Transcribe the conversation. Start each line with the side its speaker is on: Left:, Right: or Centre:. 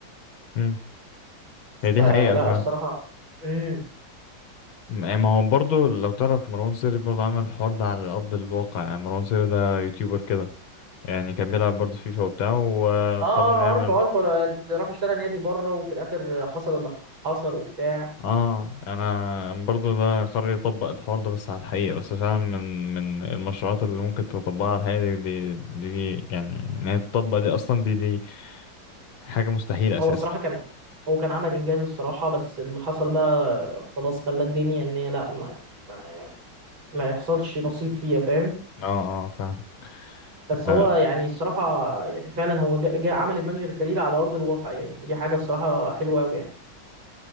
Left: مم. هي دي
Right: فلا
Left: حقيقة فاهم
Right: الصراحة امم
Left: يعني ما هو برضه لو تعرف مروان سري برضه عمل الحوار ده على أرض الواقع يعني مروان سري ده يوتيوبر كده يعني كان بيلعب برضه فيفا وبتاع وقرر
Right: اه آه،
Left: يعمل
Right: عارفه عارفه لا- اللي راح اشترى نادي بره وفي الاخر حصل اللي حصل وبتاع
Left: اه انا برضه ده قرر يطبق الحوار ده بس على الحقيقة بس فعلا من من المشروعات اللي ممكن تطبقها على الحقيقة دي, دي, دي يعني ان هي تطبق دي اصلا دي دي حاجة مستحيلة
Right: هو
Left: اساسا
Right: الصراحة كان هو كان عمل إنجاز الصراحة بس اللي حصل بقى خلاص خلى الدنيا إن هي لأ ما ما, ما يحصلش نصيب فيها فاهم
Left: اه اه فاهم
Right: بس
Left: آه
Right: هو يعني الصراحة يعني فعلا هو جا جا عمل المانجر كارير على أرض الواقع يعني دي حاجة الصراحة حلوة أوي يعني